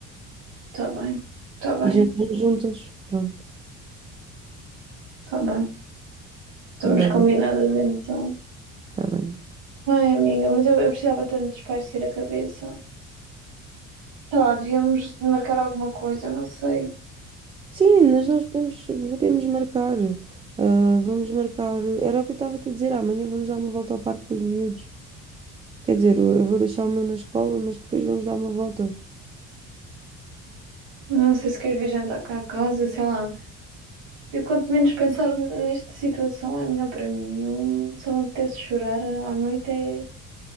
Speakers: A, on the right (about 80°); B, on the right (about 20°).
A: está bem, está bem,
B: E jantamos juntas. Pronto,
A: está bem. Estamos
B: eu levo-me.
A: combinadas então.
B: Está bem.
A: Ai, amiga, mas eu, eu precisava tanto de espairecer a cabeça. Sei lá, devíamos de marcar alguma coisa, não sei.
B: Sim, mas nós podemos, podemos marcar. Ah, vamos marcar. Era o que eu estava a te dizer. Amanhã vamos dar uma volta ao parque com os miúdos. Quer dizer, eu eu vou deixar o meu na escola, mas depois vamos dar uma volta.
A: Não sei se queres vir jantar cá a casa, sei lá. Eu quanto menos pensar nesta situação é melhor para mim. Eu, se eu me apetece chorar à noite é,